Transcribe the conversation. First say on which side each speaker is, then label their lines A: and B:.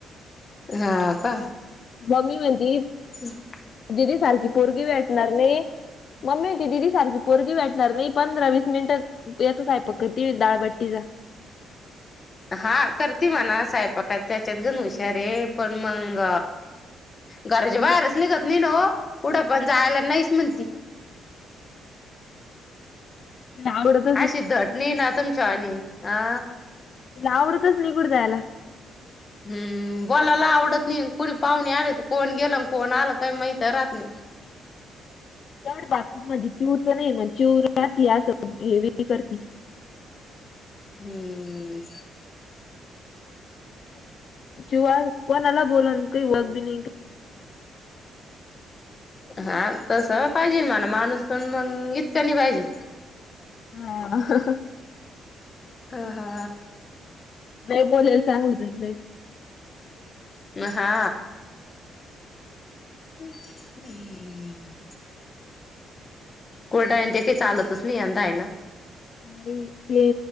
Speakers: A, on the left; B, on the left.
A: हा का?
B: मम्मी म्हणती.
A: ह <inaudible>
B: दिदी सारखी पोरगी भेटणार नाही. मम्मी <inaudible> होती दिदी सारखी पोरगी भेटणार नाही पंधरा वीस मिनिटं. याता साय पक करतीडाळबट्टीचा.
A: हा करती म्हणा साहेपाक त्याच्यात गण हुशारे <inaudible> पण मंग. घराच्या
B: मम्मी
A: बाहेरच
B: ते
A: निघत. नाही न <inaudible> पुढं पण जायला नाहीच म्हणती.
B: हं. <inaudible>
A: अशी धट नाही <inaudible> तुमच्या वाणी अ.
B: तिला आवडतच नाही कुठ जायला.
A: हम्म, बोलायला आवडत नाही, कोणी पाहुणे आले कोण गेलं कोण आलं काही माहत राहत नाही.
B: तेवढं बाकीती माझी चिवच नाही मग चिव राहती असं हे करती.
A: हम्म.
B: चिवा कोणाला बोलून काही वघ बी नाही काय
A: हा, तसं पाहिजे मला माणूस पण मंग इतकनी पाहिजे.
B: हा.
A: हा हा.
B: नाही बोललेलं चांगलंच आहे.
A: अ हा. हम्म्. कोलटा आहे ते काही चालतच नाही यंदा आहे ना.
B: नाही, प